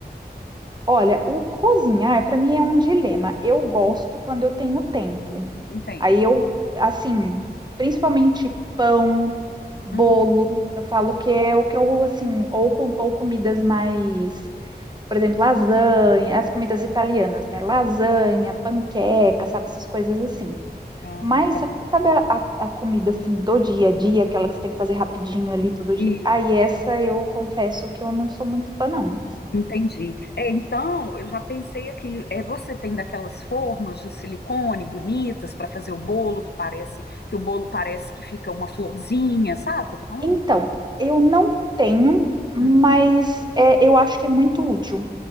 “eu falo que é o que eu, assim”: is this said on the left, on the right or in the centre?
Right